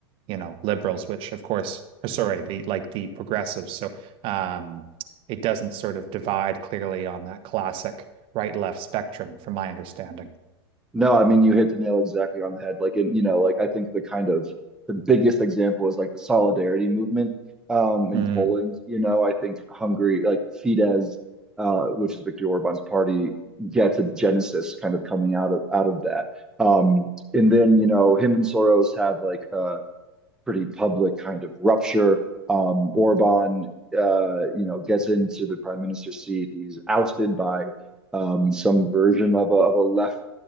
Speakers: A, on the right; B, in the centre.
A: you know, liberals, which of course, or sorry, the like the progressives. So um it doesn't sort of divide clearly on that classic right left spectrum, from my understanding.
B: No, I mean you hit the nail exactly on the head. Like in, you know, like I think the kind of the biggest example is like the solidarity movement um in
A: Mm,
B: Poland. You know, I think Hungary, like Fidesz, uh, which is Viktor Orban's party, gets its genesis kind of coming out of out of that. Um, and then, you know, him and Soros have like uh pretty public kind of rupture. Um, Orban, uh, you know, gets into the prime minister's seat. He's ousted by um, some version of a, of a left